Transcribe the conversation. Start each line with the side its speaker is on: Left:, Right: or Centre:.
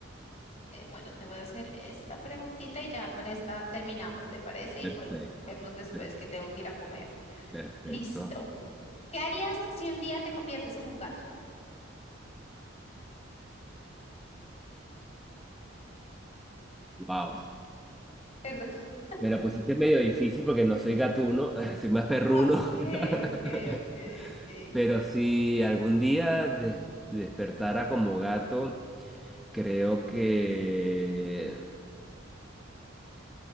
Left: Eh, bueno, te voy a hacer esta preguntita y ya con esta terminamos, ¿te parece? Y
Centre: Perfecto.
Left: volvemos después
Centre: per-
Left: que tengo que ir a comer.
Centre: perfecto.
Left: Listo. ¿Qué harías si un día te conviertes en un gato?
Centre: wow.
Left: Perdón. <laughs>
Centre: Me la pusiste medio difícil porque no soy gatuno, <laughs> soy más perruno.
Left: Ok,
Centre: <laughs>
Left: ok, ok, ok.
Centre: Pero si algún día des- despertara como gato, creo que...